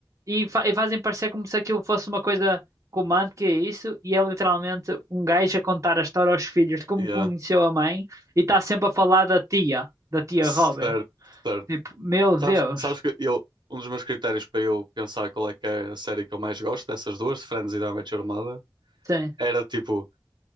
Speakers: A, on the right; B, on the right.
A: e, fa- e fazem parecer como se aquilo fosse uma coisa romântica, é isso, e é literalmente um gajo a contar a história aos filhos de como
B: yeah.
A: conheceu a mãe e está sempre a falar da tia, da tia
B: Certo,
A: Robin.
B: certo.
A: Tipo, meu
B: Sabes,
A: Deus.
B: sabes que eu, um dos meus critérios para eu pensar qual é que é a série que eu mais gosto dessas duas, de Friends e de I Met Your Mother,
A: Sim.
B: era tipo,